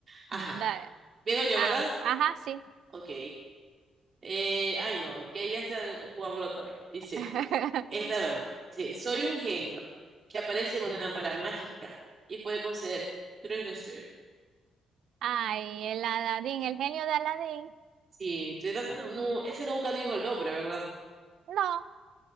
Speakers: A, on the right (about 40°); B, on the right (about 75°).
A: Ajá.
B: Dale.
A: Vengo yo,
B: Ah,
A: ¿verdad?
B: ajá, sí.
A: Ok. Eh, ay, no, es que ya está, jugámoslo otra vez. Dice.
B: <laughs>
A: Esta mejor. Sí, soy un genio que aparece en una lámpara mágica y puede conceder tres deseos.
B: Ay, el Aladín, el genio de Aladín.
A: Sí, estoy tratando- no, ese nunca dijo el nombre, ¿verdad?
B: No,